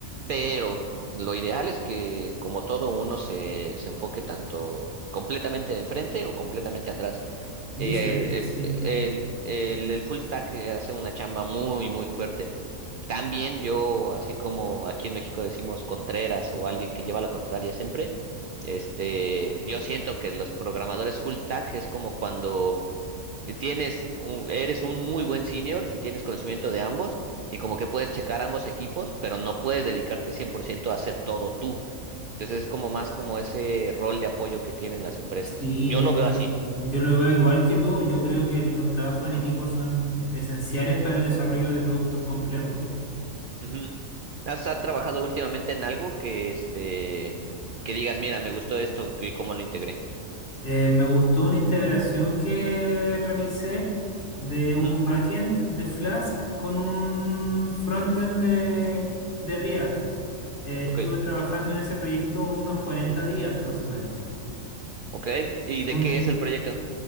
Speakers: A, on the right; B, on the left.
A: pero lo ideal es que como todo uno se, se enfoque tanto completamente de enfrente o completamente atrás.
B: dicen,
A: Eh,
B: sí,
A: eh, el, el, el full stack eh, hace una chamba muy, muy fuerte. También yo, así como aquí en México decimos contreras o alguien que lleva la contraria siempre, este, yo siento que los programadores full stack es como cuando eh, tienes un- eres un muy buen senior y tienes conocimiento de ambos y como que puedes checar ambos equipos, pero no puedes dedicarte 100% a hacer todo tú. Entonces es como más como ese rol de apoyo que tienen las empresas.
B: sí,
A: Yo
B: yo,
A: lo veo así.
B: yo lo veo igual que tú, yo creo que los trabajos en equipo son esenciales para el desarrollo de productos complejos.
A: Ujú. ¿Has ha trabajado últimamente en algo que este que digas, mira, me gustó esto y cómo lo integré?
B: Eh, me gustó una integración que realicé de un
A: Ujú,
B: backend de Flask con un frontend de, de React. Eh, estuve
A: Ok,
B: trabajando en ese proyecto unos 40 días más o menos.
A: ok. ¿Y
B: Fue
A: de
B: un-
A: qué es el proyecto?